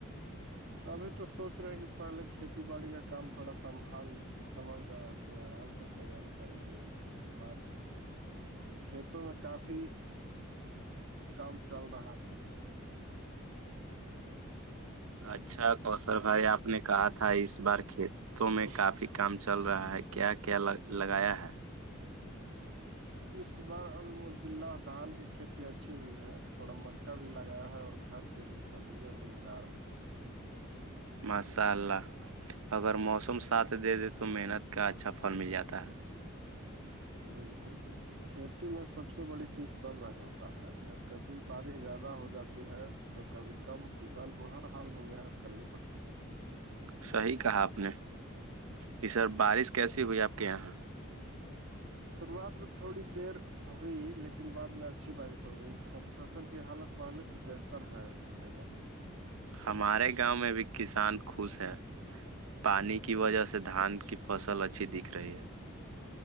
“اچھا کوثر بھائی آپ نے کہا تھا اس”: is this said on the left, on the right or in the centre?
Right